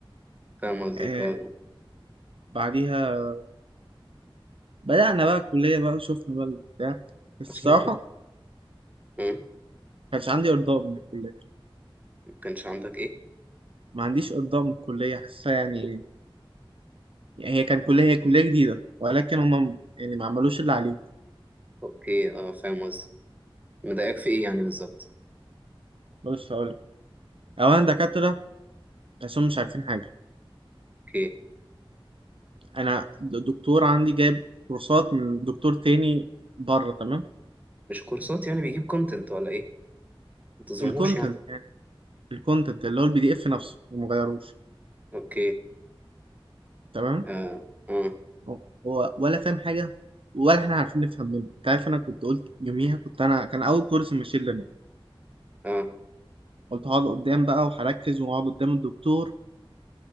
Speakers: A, on the right; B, on the right.
A: فاهم قصدك
B: آه
A: أه
B: بعديها بدأنا بقى الكلية بقى وشفنا بقى البتاع الصراحة
A: <laughs>
B: ما
A: أه
B: كانش عندي إرضاء من الكلية
A: مكانش عندك إيه؟
B: ما عنديش إرضاء من الكلية حاسة يعني هي كان كلية هي كلية جديدة ولكن هم يعني ما عملوش اللي عليهم
A: أوكي أه فاهم قصدك مضايقك في إيه يعني بالظبط؟
B: بص هقولك أولا دكاترة تحسهم مش عارفين حاجة
A: أوكي
B: أنا د- دكتور عندي جايب كورسات من دكتور تاني بره تمام
A: مش كورسات يعني بيجيب كونتنت ولا إيه؟ متظلمهوش
B: الكونتنت
A: يعني
B: يعني الكونتنت اللي هو البي دي إف نفسه ومغيروش
A: أوكي
B: تمام
A: أه أه
B: هو هو ولا فاهم حاجة ولا احنا عارفين نفهم منه انت عارف انا كنت قلت يوميها كنت انا كان اول كورس ماشين ليرنينج،
A: أه
B: قلت هقعد قدام بقى وهركز وهقعد قدام الدكتور ما